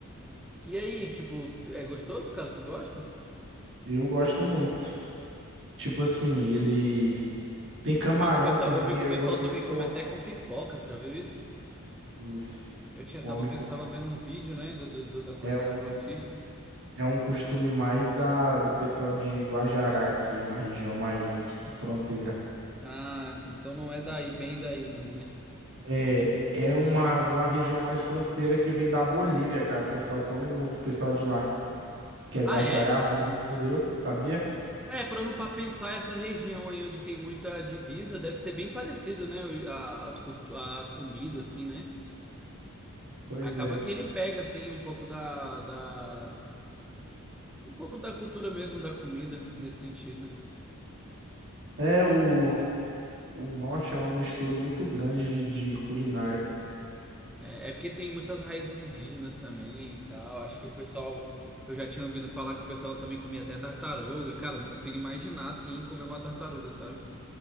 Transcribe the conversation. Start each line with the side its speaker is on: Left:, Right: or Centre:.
Centre: E aí, tipo, é gostoso, cara? Tu gosta?
Right: Eu gosto muito. Tipo assim, ele tem camarão
Centre: Eu vi que o pessoal,
Right: também,
Centre: eu vi que
Right: eu
Centre: o pessoal
Right: gosto
Centre: também
Right: muito de
Centre: come
Right: camarão.
Centre: até com pipoca, tu já viu isso?
Right: Isso.
Centre: Eu tinha,
Right: Come,
Centre: tava vendo,
Right: come.
Centre: tava vendo um vídeo, né, do, do- do- da culinária
Right: É um,
Centre: nortista.
Right: é um costume mais da, do pessoal de Guajará aqui, uma região mais fronteira.
Centre: Ah, então não é daí, bem daí, não, né?
Right: É, é uma, de uma região mais fronteira que vem da Bolívia, cara. O pessoal come muito, o pessoal de lá, que é Guajará,
Centre: Ah, é?
Right: Bolívia, entendeu? Sabia?
Centre: É, parando para pensar, essa região aí onde tem muita divisa deve ser bem parecido, né? o- A, as cultu- a comida, assim, né?
Right: Pois
Centre: Acaba
Right: é.
Centre: que ele pega, assim, um pouco da, da, um pouco da cultura mesmo da comida, nesse sentido.
Right: É o O norte é uma mistura muito grande de, de culinária.
Centre: É, é porque tem muitas raízes indígenas também e tal. Acho que o pessoal, eu já tinha ouvido falar que o pessoal também comia até tartaruga. Cara, eu não consigo imaginar, assim, comer uma tartaruga, sabe?